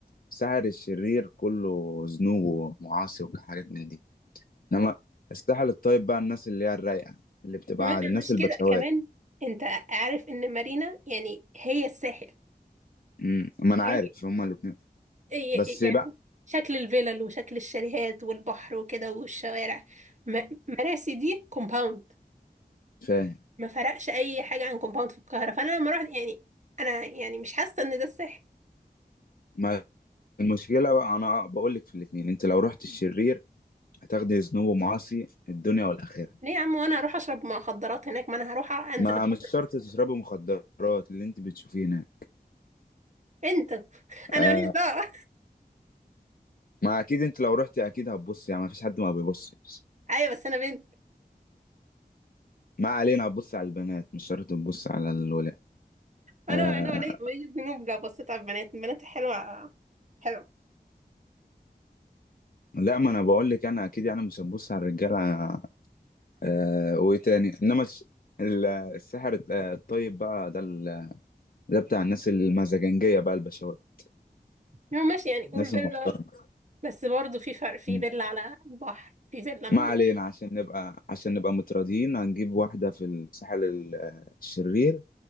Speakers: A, on the left; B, on the right.
A: سحر الشرير كله ذنوب ومعاصي وحاجات من دي انما السحر الطيب بقى الناس اللي هي الرايقه اللي بتبقى
B: م-
A: عادي الناس
B: مش
A: البشوات
B: كده كمان انت عارف ان مارينا يعني هي الساحل
A: امم ما انا
B: فاهم؟
A: عارف هما الاثنين
B: ي-
A: بس
B: يعني
A: بقى
B: شكل الفلل وشكل الشاليهات والبحر وكده والشوارع م- مراسي دي كومباوند
A: فاهم
B: ما فرقش اي حاجه عن كومباوند في القاهره فانا لما رحت يعني انا يعني مش حاسه ان ده الساحل
A: ما المشكله بقى انا بقول لك في الاثنين انت لو رحت الشرير هتاخدي ذنوب ومعاصي الدنيا والاخره
B: ليه يا عم وانا هروح اشرب مخدرات هناك ما انا هروح انزل
A: ما
B: البحر
A: مش شرط تشربي مخدرات اللي انت بتشوفيه هنا
B: بنت <laughs> انا
A: آه
B: ماليش دعوه
A: ما اكيد انت لو رحتي اكيد هتبصي يعني ما فيش حد ما بيبصش
B: <laughs> ايوه بس انا بنت
A: ما علينا هتبص على البنات مش شرط تبص على الولاد
B: انا
A: آه
B: انا مالي- ماليش ذنوب لو بصيت على البنات البنات حلوه حلوه
A: لا ما انا بقول لك انا اكيد يعني مش هبص على الرجاله آه وايه تاني انما الس- ال- السحر الط- آه، الطيب بقى ده ال- ده بتاع الناس المزاجنجيه بقى البشوات
B: يعني ماشي يعني قول
A: الناس
B: فيلا
A: المحترمه
B: بس برضه في فرق في
A: مم.
B: فيلا على البحر في فيلا
A: ما
B: من
A: علينا عشان نبقى عشان نبقى متراضيين هنجيب واحده في الساحل ال- آه، الشرير